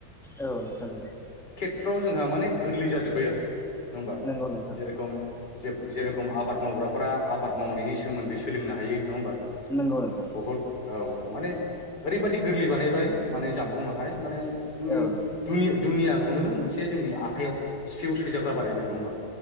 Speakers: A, in the centre; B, on the left (about 85°).
A: औ नोंथां औ
B: फ्राराव जोंहा माने गोरलै जाजोब्बाय आरो नङा होमबा
A: नंगौ नंगौ नोंथां
B: जेरेखम जे जेरेखम आबाद मावग्राफोरा आबाद मावनायनि सोमोन्दै सोलोंनो हायो नङा होमबा
A: नंगौ नोंथां
B: बहुत औ माने ओरैबायादि गोरलै बानायबाय माने जानबुंङाहाय माने जोंनि
A: औ नोंथां
B: दुनि दुनियाखौनो मोनसे जोंनि आखाइयाव सिफियाव सोजाग्रा बानायबाय नङा होमबा